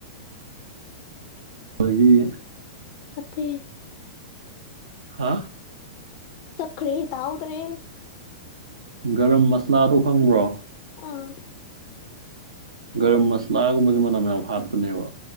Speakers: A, on the right (about 75°); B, on the left (about 45°).
A: ꯑꯗꯨꯗꯒꯤ
B: ꯁꯐꯩ
A: ꯍꯥꯥ
B: ꯆꯈ꯭ꯔ ꯇꯥꯎꯗ꯭ꯔꯦ
A: ꯒꯔꯝ ꯃꯁꯂꯥꯗꯣ ꯈꯪꯕ꯭ꯔꯣ
B: ꯑꯥ
A: ꯒꯔꯝ ꯃꯁꯂꯥꯒꯨꯝꯕꯁꯦ ꯃꯅ ꯃꯌꯥꯝ ꯍꯥꯠꯄꯅꯦꯕ